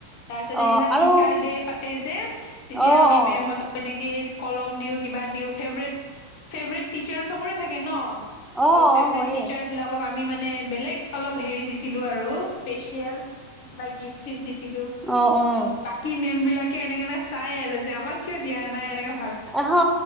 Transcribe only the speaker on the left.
তাৰ পিছতে
এইবিলাক
টিচাৰ দে পাতে যে তেতিয়া
আমি
মেমহত এনেকে কলম দিও, কিবা দিও, ফেভৰেট-ফেভৰেট টিচাৰ চবৰে থাকে নহ? <unintelligible>
আমি মানে, বেলেগ অলপ হেৰি দিছিলোঁ আৰু স্পেচিয়েল। কিবা গিফ্ট-চিফ্ট দিছিলো,
ত' বাকী মেম বিলাক কিয় <unintelligible> চাই আৰু যে, আমাক কিয় দিয়া নাই এনেকা